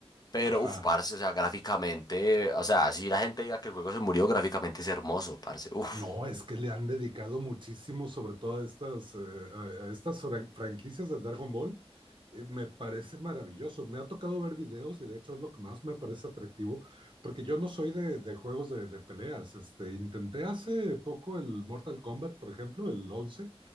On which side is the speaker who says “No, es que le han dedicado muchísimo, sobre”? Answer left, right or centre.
Right